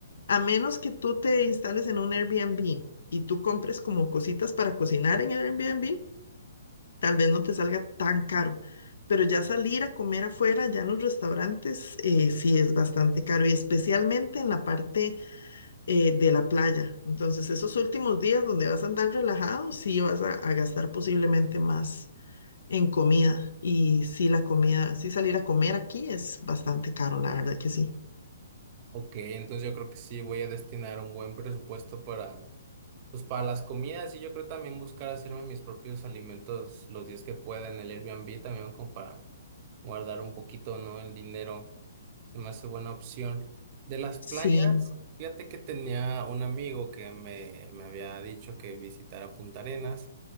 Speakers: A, on the left; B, on the right.
A: a menos que tú te instales en un Airbnb y tú compres como cositas para cocinar en el Airbnb, tal vez no te salga tan caro. Pero ya salir a comer afuera, ya en los restaurantes, eh, sí es bastante caro, y especialmente en la parte eh, de la playa. Entonces, esos últimos días donde vas a andar relajado, sí vas a, a gastar posiblemente más en comida. Y sí, la comida, sí salir a comer aquí es bastante caro, la verdad que sí.
B: ok, entonces yo creo que sí voy a destinar un buen presupuesto para, pues para las comidas y yo creo también buscar hacerme mis propios alimentos los días que pueda en el Airbnb también como para guardar un poquito, ¿no? El dinero. Se me hace buena opción. De las playas,
A: Sí.
B: fíjate que tenía un amigo que me, me había dicho que visitara Punta Arenas,